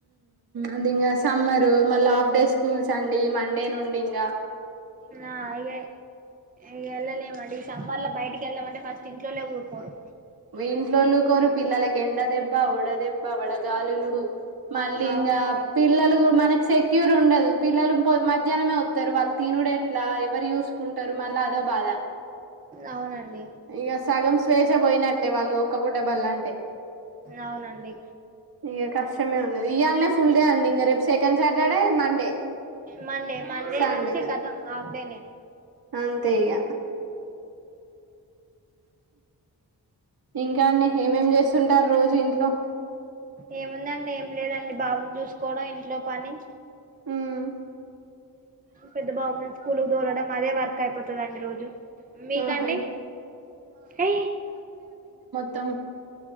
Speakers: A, on the right; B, on the right.
A: అది ఇంకా సమ్మరు మళ్ళీ హాఫ్ డే స్కూల్స్ అండి మండే నుండి ఇంకా
B: ఆ ఇగ ఇగ ఎల్లలెమండి సమ్మర్లో బయటికి ఎల్లమంటే ఫస్ట్ ఇంట్లోల్లె ఊరుకోరు
A: ఇంట్లోల్లురుకోరు పిల్లలకి ఎండ దెబ్బ వడదెబ్బ వడగాలులు మళ్ళీ ఇంకా
B: అవునండి
A: పిల్లలు మనకి సెక్యూర్ ఉండదు పిల్లులు పోయ్ మ మధ్యాహ్నమే వస్తారు వాళ్ళు తినుడు ఎట్లా ఎవరు చూసుకుంటారు మళ్ళ అదో బాధ
B: అవునండి
A: ఇక సగం స్వేచ్ యినట్టే వాళ్ళు ఒక్క పూట బళ్లంటే
B: అవునండి
A: ఇక కష్టమే ఉన్నది ఇయాళనే ఫుల్ డే అండి ఇంక రేపు సెకండ్ సార్ ఎడ మండే
B: మండే మండే
A: సండే
B: నుంచి కతం హాఫ్ డే నేను
A: అంతే ఇగ ఇంకా అండి ఏమేం చేస్తుంటారు రోజు ఇంట్లో
B: ఏం ముందండి ఏం లేదండి బాబును చూసు కోవడం ఇంట్లో పని
A: ఉమ్
B: పెద్ద బాబును స్కూల్కి దోలడం అదే వర్క్ అయిపోతుందిండి రోజు మీకాండి
A: ఆహా ఇప్
B: ఏ
A: తం